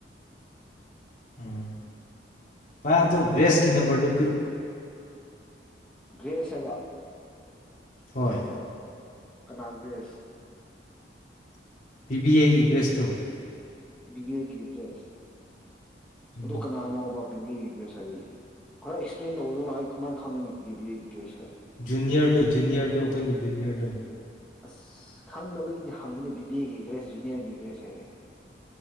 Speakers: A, on the left; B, in the centre.
A: ꯎꯝ ꯋꯥ ꯑꯗꯨ ꯒꯔꯦꯁꯀꯤ ꯅꯝꯕꯔ ꯗꯣ
B: ꯭ꯒꯔꯦꯁ ꯍꯥꯏꯕꯥ
A: ꯍꯣꯏ
B: ꯀꯅꯥ ꯒ꯭ꯔꯦꯁ
A: ꯕꯤ ꯕꯤ ꯑꯦꯒꯤ ꯒ꯭ꯔꯦꯁꯇꯣ
B: ꯕꯤꯕꯦꯒꯤ ꯒ꯭ꯔꯦꯁ
A: ꯎꯝ
B: ꯑꯗꯨ ꯀꯅꯥꯅꯣꯕ ꯕꯤ ꯕꯤ ꯑꯦꯒꯤ ꯒ꯭ꯔꯦꯁ ꯍꯥꯏꯗꯤ ꯈꯔ ꯑꯦꯛꯁꯄ꯭ꯂꯦꯟ ꯇꯧꯗꯅ ꯑꯩ ꯀꯃꯥꯏꯅ ꯈꯪꯒꯅꯤ ꯕꯤ ꯕꯤꯤꯒꯤ ꯒ꯭ꯔꯦꯁ ꯍꯥꯏ
A: ꯖꯨꯅꯤꯔꯗꯣ ꯖꯨꯅꯤꯔꯗꯣ ꯍꯣꯏꯒꯤ ꯖꯨꯅꯤꯔꯗꯣ
B: ꯑꯁ ꯈꯪꯗꯕꯒꯤꯗꯤ ꯍꯪꯕꯅꯤ ꯕꯤ ꯕꯤ ꯑꯦꯒꯤ ꯒ꯭ꯔꯦꯖ ꯖꯨꯅꯤꯌꯔꯒꯤ ꯒ꯭ꯔꯦꯖ ꯍꯥꯏꯔꯔꯦ